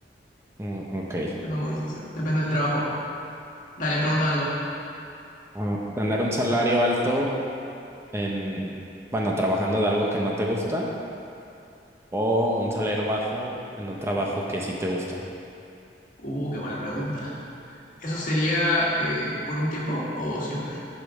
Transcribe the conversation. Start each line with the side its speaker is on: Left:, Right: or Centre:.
Right: Mm, ok.
Left: siendo muy sincero. Depende del trabajo. Dale, pregúntame algo.
Right: Ah, tener un salario alto en, bueno, trabajando de algo que no te gusta o un salario bajo en un trabajo que sí te gusta.
Left: Uh, qué buena pregunta. ¿Eso sería eh, por un tiempo o siempre?